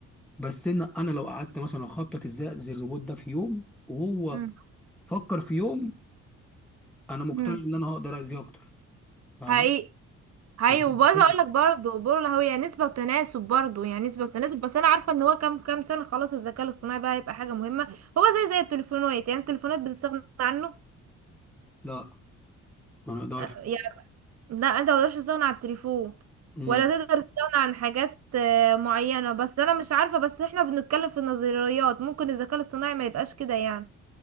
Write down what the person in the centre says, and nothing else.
بس ان انا لو قعدت مثلا اخطط ازاي اذي الروبوت ده في يوم وهو
فكر في يوم انا مقتنع
ان انا هقدر اذيه اكتر فاهمه
أنا
إنسان.
لا ما اقدرش
امم